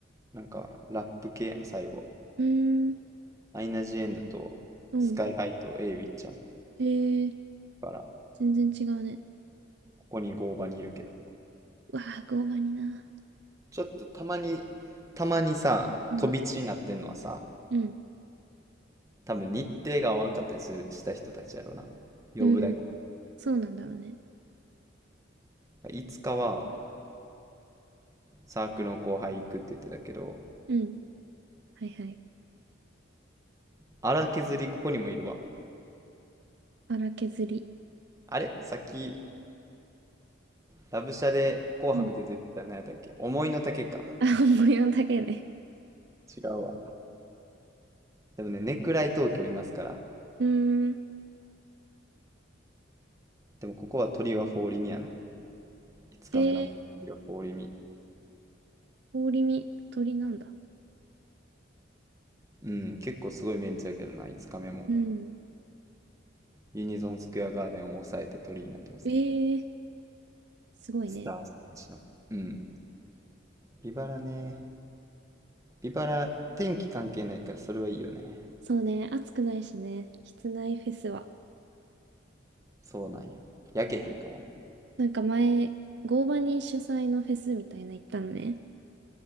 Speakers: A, on the right (about 15°); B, on the right (about 60°).
A: なんか、ラップ系やな、最後。
B: うーん、
A: アイナ・ジ・エンドと、
B: うん。
A: スカイハイとエイウィッちゃん。だ
B: えー、
A: から、
B: 全然違うね。
A: ここに合場にいるけど。
B: うわあ、合板にな。
A: ちょっとたまに、たまにさ、
B: うん、
A: 飛び地になってんのはさ、
B: うん。
A: 多分日程が合わんかったりするした人たちやろな。呼ぶだけ。
B: うん。そうなんだろうね。
A: いつかは、サークルの後輩行くって言ってたけど、
B: うん。はいはい。
A: 荒削りここにもいるわ。
B: 荒削り。
A: あれさっきラブシャで紅白で出てた何やったっけ思いの丈か。
B: うん。<laughs> あ、模様だけね。
A: 違うわ。でもね、ネクライ東京もいますから。
B: うーん。
A: でもここはトリオはフォーリミやな。5日目のトリオはフォーリミ。
B: へえ、氷見、鳥なんだ。
A: うん、結構すごいメンツやけどな、5日目も。
B: うん。
A: ユニゾンスクエアガーデンを抑えてトリになってますね。
B: ええ、すごいね。
A: スターステージの。うん。ビバラね。ビバラ、天気関係ないからそれはいいよね。
B: そうね、暑くないしね、室内フェスは。
A: そうなんよ。焼けへんからね。
B: なんか前、合場に主催のフェスみたいな行ったのね。